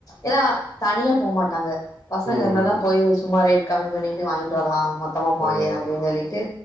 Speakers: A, on the left (about 40°); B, on the right (about 55°).
A: எனா தனியா போமாட்டாங்க பசங்க
B: ம்
A: இந்தா
B: ம்
A: தா போய் சும்மா ரேட் கம் பண்ணிடு வாங்கிட் வரலா மா சும்மா போங்கயா
B: ஓ
A: அப்டினு சொல்லிட்டு